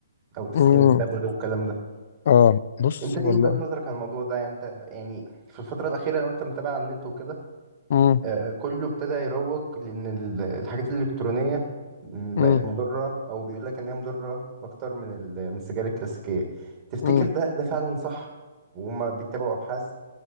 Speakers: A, on the right; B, on the left.
A: او تسخين
B: امم
A: التبغ والكلام ده
B: اه بص
A: انت
B: والله
A: ايه وجهة نظرك عن الموضوع ده يعني انت يعني في الفترة الأخيرة لو انت متابع على النت وكده
B: امم
A: آه، كله ابتدى يروج لان ال- الحاجات الالكترونيه م،
B: امم
A: بقت مضره او بيقول لك ان هي مضره اكتر من ال- من السجاير الكلاسيكيه تفتكر
B: امم
A: ده ده فعلا صح وهم بيتبعوا ابحاث